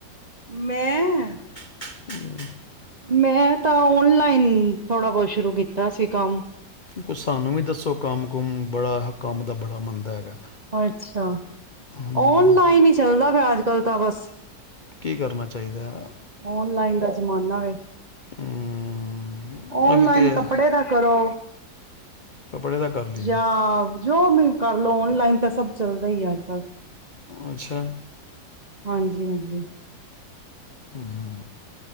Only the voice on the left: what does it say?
<unintelligible>
ਕੁਛ ਸਾਨੂੰ ਵੀ ਦੱਸੋ ਕੰਮ ਕੁਮ ਬੜਾ ਕੰਮ ਦਾ ਬੜਾ ਮੰਨਦਾ ਹੈਗਾ।
ਹਮ,
ਕੀ ਕਰਨਾ ਚਾਹੀਦਾ ਹੈ
ਹੂੰ
ਉਹੀ ਤੇ
ਕੱਪੜੇ ਦਾ ਕਰ ਲਈਏ
ਅੱਛਾ।
ਹੂੰ,